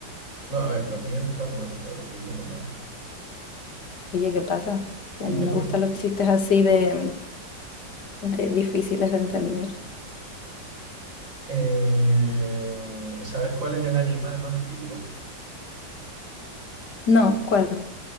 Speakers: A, on the right; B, on the left.
A: No, a ver, los míos están buenos, pero los tuyos son muy malos.
B: Oye, ¿qué pasa? Que
A: <laughs>
B: a mí me gustan los chistes así de, de difíciles de entender.
A: Eh, ¿sabes cuál es el animal más antiguo?
B: No, ¿cuál?